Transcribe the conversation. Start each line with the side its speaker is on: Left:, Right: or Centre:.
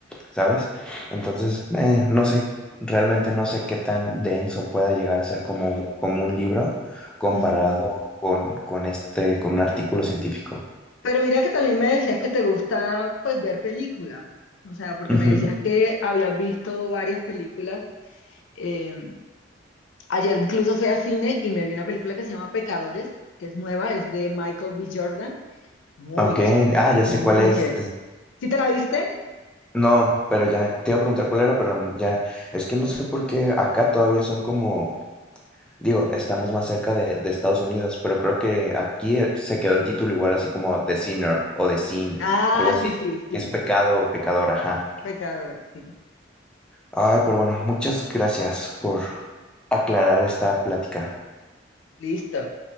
Centre: ¿sabes? Entonces, eh, no sé, realmente no sé qué tan denso pueda llegar a ser como, como un libro comparado
Left: ujú.
Centre: con, con este, con un artículo científico.
Left: Pero mira que también me decías que te gusta, pues, ver películas. O sea, porque
Centre: Ujú,
Left: me decías que habías visto varias películas. Eh, ayer incluso fui a cine y me vi una película que se llama Pecadores, que es nueva, es de Michael B. Jordan. Muy
Centre: Ok,
Left: chévere,
Centre: ah, ya
Left: muy
Centre: sé cuál es.
Left: chévere. ¿Sí te la viste?
Centre: No, pero ya, te iba a preguntar cuál era, pero ya, es que no sé por qué acá todavía son como, digo, estamos más cerca de, de Estados Unidos, pero creo que aquí eh, se quedó el título igual así como The Sinner o The Sin,
Left: Ah,
Centre: algo así,
Left: sí, sí, sí,
Centre: que es pecado
Left: sí.
Centre: o pecador, ajá.
Left: Pecador, sí.
Centre: Ay, pero bueno, muchas gracias por aclarar esta plática.
Left: Listo.